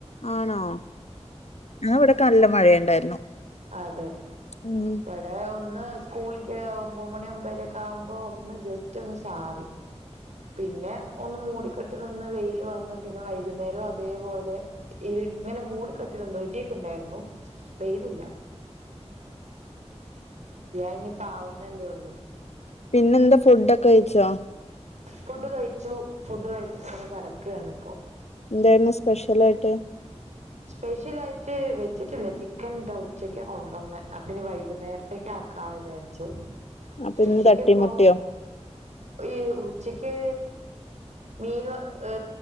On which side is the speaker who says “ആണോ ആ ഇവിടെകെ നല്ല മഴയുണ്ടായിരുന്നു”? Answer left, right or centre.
Left